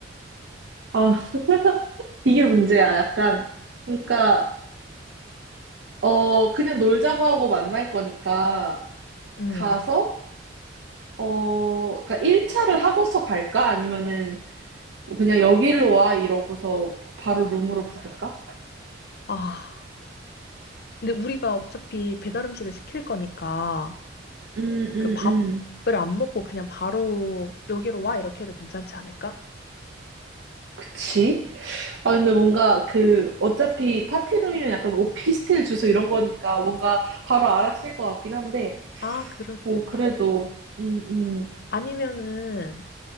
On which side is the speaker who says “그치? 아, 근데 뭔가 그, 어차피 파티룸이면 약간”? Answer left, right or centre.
Right